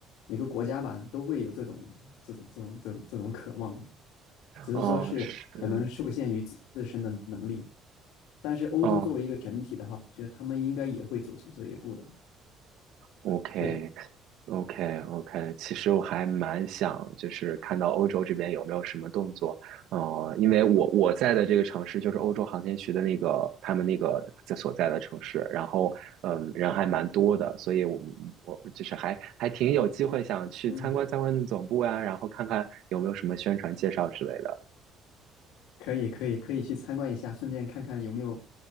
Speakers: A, on the left; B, on the right.
A: 每个国家吧都会有这种这种这种这种这种渴望吧，只是说是可能受限于自自身的能力。
B: 嗯，是，嗯。
A: 但是欧洲作为一个整体的话，
B: 哦
A: 我觉得他们应该也会走出这一步的。
B: o k
A: 对，
B: o k o k 其实我还蛮想，就是看到欧洲这边有没有什么动作，呃，因为我我在的这个城市就是欧洲航天局的那个他们那个在所在的城市，然后嗯，人还蛮多的，所以我们我就是还还挺有机会想去参观参观总部呀，
A: 嗯。
B: 然后看看有没有什么宣传介绍之类的。
A: 可以可以可以去参观一下，顺便看看有没有